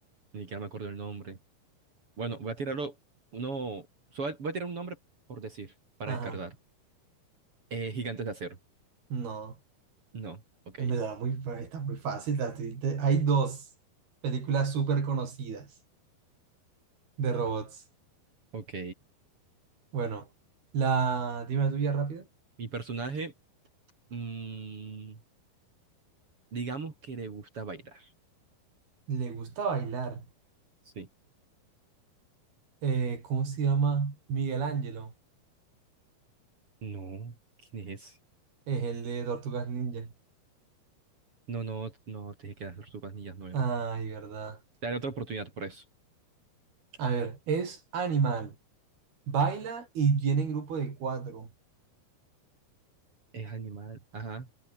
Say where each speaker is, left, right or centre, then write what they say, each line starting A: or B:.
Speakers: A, on the right; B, on the right.
A: Ni siquiera me acuerdo el nombre. Bueno, voy a tirarlo uno. solo Voy a tirar un nombre por decir, para
B: Ajá.
A: descartar. Eh, Gigantes de acero.
B: No.
A: No, ok.
B: En verdad, muy, fa- está muy fácil. la estoy inte- Hay dos películas súper conocidas de robots.
A: Ok.
B: Bueno, la, dime la tuya rápida.
A: Mi personaje, mm, digamos que le gusta bailar.
B: Le gusta bailar.
A: Sí.
B: Eh, ¿cómo se llama? Miguel Ángelo.
A: No, ¿quién es?
B: Es el de Tortugas Ninja.
A: No, no, no, te dije que las tortugas ninjas no era.
B: Ay, verdad.
A: Te daré otra oportunidad por eso.
B: A ver, es animal. Baila y viene en grupo de cuatro.
A: Es animal. Ajá,